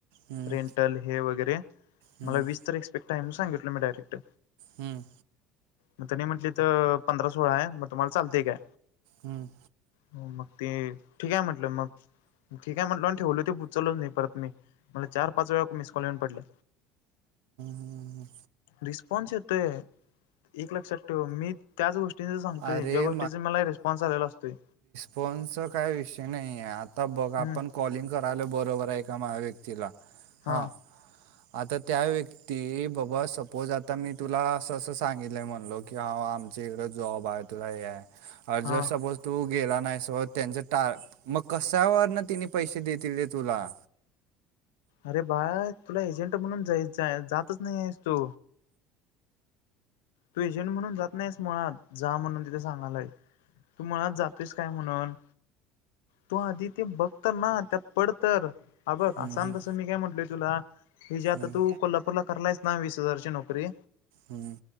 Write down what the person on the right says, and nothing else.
हम्म
हम्म
हम्म.
हम्म.
हम्म.
अरे
फोनचा काय विषय नाही आहे आता बघ
आपण कॉलिंग करायला बरोबर आहे एका म व्यक्तीला हां.
आता त्या व्यक्ती बाबा सपोज आता मी तुला असं असं सांगितलं आहे म्हणलो की हा आमची इकडें जॉब आहे तुला हे आहेर
जस्ट सपोज तो गेला नाही सोत त्यांच टा मग कशावर ना तिने पैसे देतील तुला
हम्म
हम्म
हम्म
हम्म.